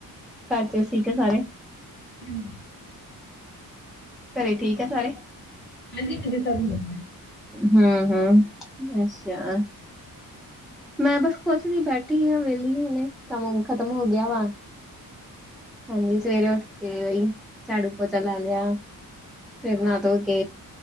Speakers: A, in the centre; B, on the left.
A: ਘਰ 'ਚ ਠੀਕ ਹੈ ਸਾਰੇ।
B: ਹੂੰ।
A: ਘਰੇ ਠੀਕ ਹੈ ਸਾਰੇ
B: ਹਾਂਜੀ ਹਾਂਜੀ ਸਭ ਵਧੀਆ।
A: ਹੂੰ, ਹੂੰ ਅੱਸ਼ਾ- ਮੈ ਬਸ ਕੋਛ ਨੀ ਬੈਠੀ ਆਂ ਵੇਲੀ ਹੁਨੇ ਕੰਮ ਮੁਮ ਖਤਮ ਹੋ ਗੇਆ ਵਾ ਹਾਂਜੀ, ਸਵੇਰੇ ਓਠ ਕੇ <inaudible> ਝਾੜੂ ਪੌਚਾ ਲਾ ਲਿਆ ਫੇਰ ਨਾ ਤੋ ਕੇ